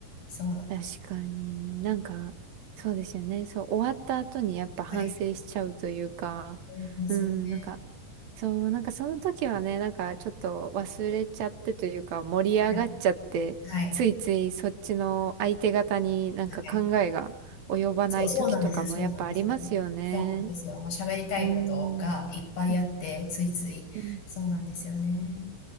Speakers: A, on the left (about 80°); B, on the right (about 80°).
A: そうなんです。
B: 確かに。なんか、そうですよね。そう、終わった後にやっぱ反省しちゃうというか、
A: はい。そうですよね。
B: うん、なんか、そう、なんかその時はね、なんかちょっと忘れちゃってというか盛り上がっちゃって、
A: はい。はい。
B: ついついそっちの相手方になんか考えが及ばない時とかもやっぱありますよね。
A: はい。そう、そうなんですよ。そうなんですよ。そうなんですよ。もう喋りたいことがいっぱいあって、
B: うーん。うん。
A: ついつい。
B: うん。
A: そうなんですよね。